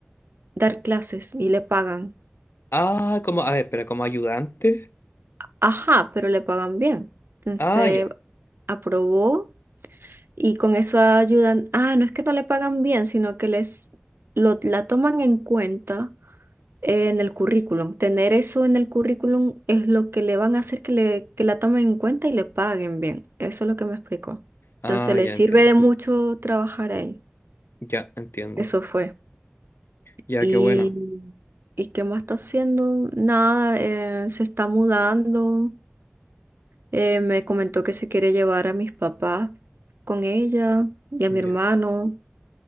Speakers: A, on the right (about 65°); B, on the left (about 70°).
A: dar clases y le pagan.
B: Ah, como, a ver, pero como ayudante.
A: Ajá, pero le pagan bien. Entonces
B: Ah, ya.
A: aprobó y con eso ayudan. Ah, no es que no le pagan bien, sino que les lo, la toman en cuenta en el currículum. Tener eso en el currículum es lo que le van a hacer que, le, que la tomen en cuenta y le paguen bien. Eso es lo que me explicó.
B: Ah,
A: Entonces le
B: ya
A: sirve
B: entiendo.
A: de mucho trabajar ahí.
B: Ya entiendo.
A: Eso fue.
B: Ya,
A: Y,
B: qué bueno.
A: ¿y qué más está haciendo? Nada, eh, se está mudando. Eh, me comentó que se quiere llevar a mis papás con ella y a
B: Ya.
A: mi hermano.